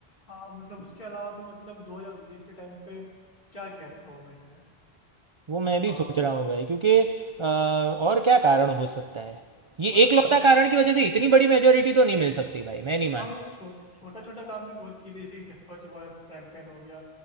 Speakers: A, on the left; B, on the right.
A: हाँ मतलब उसके अलावा तो मतलब 2019 के टाइम पे क्या किया था गवर्नमेंट ने
B: वो मैं भी
A: आ,
B: सोच रहा हूँ भाई क्योंकि अ, और क्या कारण हो सकता है ये
A: मतलब
B: एकलौता
A: छोटे
B: कारण
A: छोटे
B: की वजह से इतनी बड़ी मेजोरिटी तो नहीं मिल सकती भाई मैं नहीं मानता
A: हाँ मतलब छोट, छोटा छोटा काम भी बहुत किए थे जैसे कि स्वच्छ भारत कैंपेन हो गया